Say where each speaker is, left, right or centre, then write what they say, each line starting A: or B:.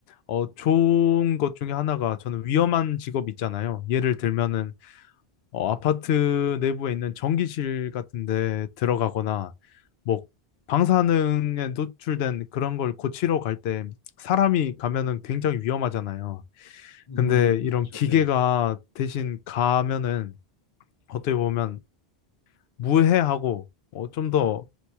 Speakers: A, on the left (about 80°); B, on the left (about 45°).
A: 어, 좋은 것 중에 하나가 저는 위험한 직업 있잖아요. 예를 들면은 어, 아파트 내부에 있는 전기실 같은 데 들어가거나 뭐 방사능에 노출된 그런 걸 고치러 갈 때 사람이 가면은 굉장히 위험하잖아요.
B: 음,
A: 근데
B: 그렇죠.
A: 이런 기계가
B: 네.
A: 대신 가면은 어떻게 보면 무해하고 어, 좀더